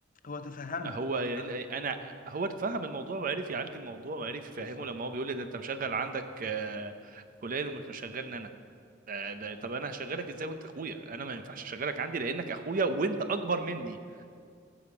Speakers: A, on the left; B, on the right.
A: هو تفهمها
B: هو يعني
A: أنا
B: انا هو تفهم الموضوع وعرف يعالج الموضوع وعرف يفهمه
A: بالظبط
B: لما هو بيقول لي ده انت مشغل عندك آه، فلان ومش مشغلني انا آه، ده طب انا هشغلك ازاي وانت اخويا انا ما ينفعش اشغلك عندي لانك اخويا وانت اكبر مني